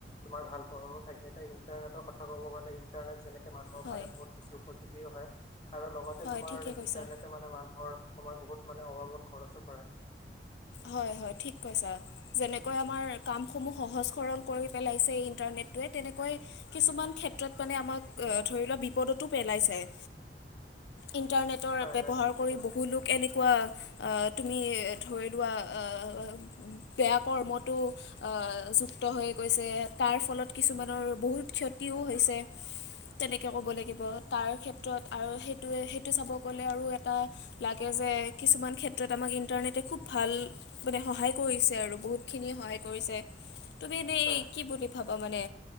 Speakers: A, on the left; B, on the left.
A: তোমাৰ ভাল প্ৰভাৱো থাকে। এটা ইণ্টাৰনেটৰ কথা ক'ব গ'লে ইণ্টাৰনেট যেনেকে মানুহৰ
B: হয়
A: কাৰণে বহুত বেছি উপযোগীও হয়, আৰু লগতে
B: হয়
A: তোমাৰ
B: ঠিকে কৈছা
A: ইন্টাৰনেটে মানে মানুহৰ সময় বহুত মানে অভাৱত খৰচো কৰাই। <inaudible>
B: হয় ঠিক কৈছা, যেনেকৈ আমাৰ কাম সমুহ সহজ সৰল কৰি পেলাইছে ইন্টাৰনেটোৱে তেনেকুৱা কিছুমান ক্ষেত্ৰত মানে আমাক ধৰি লোৱা বিপদতো পেলাই যায়।
A: <inaudible>
B: ইণ্টাৰনেটৰ
A: হয়
B: ব্যৱহাৰ
A: হয় ঠিকে
B: কৰি
A: কৈছে
B: বহুলোক এনেকুৱা তুমি ধৰি লোৱা অ পেত বেয়া কৰ্মতো অ যুক্ত হৈ গৈছে তাৰ ফলত কিছুমানৰ বহুত ক্ষতিও হৈছে। তেনেকে ক'ব লাগিব তাৰ ক্ষেত্ৰত আৰু সেইটোৱে সেইটো চাব গলে আৰু এটা লাগেজ কিছুমান ক্ষেত্ৰত আমাক ইণ্টাৰনেটে খুব ভাল মানে সহায় কৰিছে আৰু বহুতখিনিয়ে সহায় কৰিছে। তুমি এনেই
A: হয়
B: কি বুলি ভাব- মানে